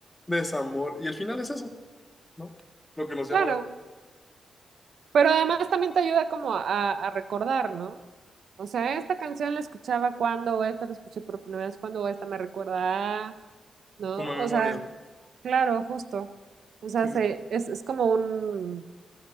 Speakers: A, on the left (about 20°); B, on the right (about 65°).
A: desamor, y al final es eso, ¿no? Lo que nos
B: Claro,
A: llama la...
B: pero además también te ayuda como a, a recordar, ¿no? O sea, esta canción la escuchaba cuando, o esta la escuché por primera vez cuando, o esta me recuerda, a, ¿no?
A: como memorias,
B: O sea,
A: ¿no?
B: claro, justo. O sea,
A: Sí,
B: se, es, es como un,